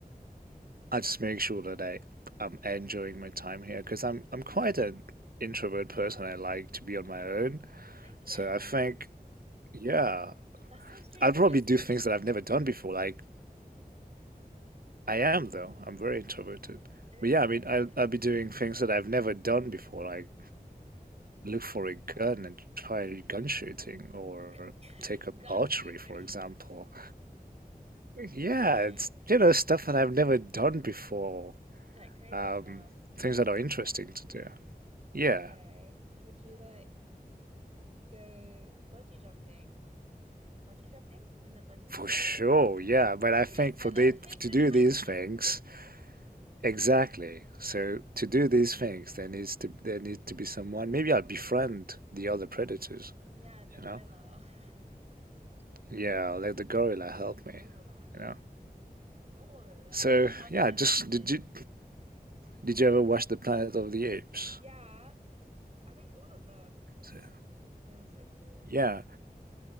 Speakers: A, on the right (about 65°); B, on the right (about 40°).
A: I just make sure that I I'm enjoying my time here because I'm I'm quite
B: <laughs>
A: an introvert person. I like to be on my own.
B: Okay.
A: So I think, yeah,
B: That's so strange.
A: I'll
B: You
A: probably
B: don't seem
A: do things
B: introverted.
A: that I've never done before. Like I am though. I'm very introverted.
B: Interesting.
A: But yeah, I mean, I'll I'll be doing things that I've never done before, like look for a gun and try gun shooting or
B: Gu-
A: take up
B: <laughs> Gun
A: archery,
B: shooting.
A: for example.
B: <laughs>
A: Yeah,
B: Okay.
A: it's you know stuff that I've never done before.
B: Like crazy
A: Um,
B: stuff.
A: things that are interesting to do.
B: Okay.
A: Yeah,
B: Would you like go bungee jumping? Bungee jumping? Is that bungee?
A: for sure. Yeah, but I
B: Who's
A: think
B: gonna
A: for the to
B: who's gonna
A: do
B: help
A: these
B: you?
A: things, Exactly. So to do these things, there needs to there need to be someone. Maybe I'll befriend the other predators,
B: Yeah, the
A: you
B: gorilla.
A: know?
B: <laughs>
A: Yeah, I'll let the gorilla help
B: The silverback.
A: me, you know?
B: No, that's
A: So
B: so unrealistic.
A: yeah, just did you did you ever watch The Planet of the Apes?
B: Yeah, I think all of them.
A: So,
B: They were so cool.
A: yeah.